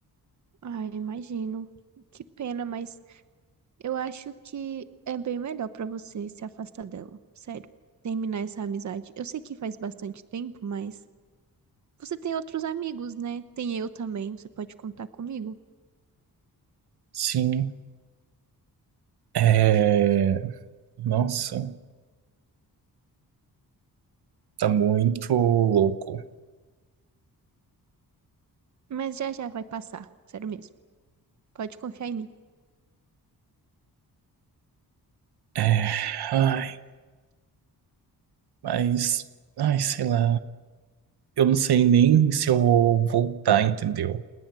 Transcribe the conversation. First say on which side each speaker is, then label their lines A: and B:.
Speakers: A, on the right; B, on the right.
A: Ai, imagino. Que pena, mas eu acho que é bem melhor pra você se afastar dela. Sério, terminar essa amizade. Eu sei que faz bastante tempo, mas você tem outros amigos, né? Tem eu também, você pode contar comigo.
B: Sim, é... Nossa, tá muito louco.
A: Mas já já vai passar, sério mesmo. Pode confiar em mim.
B: É... Ai, mas... Ai, sei lá. Eu não sei nem se eu vou voltar, entendeu?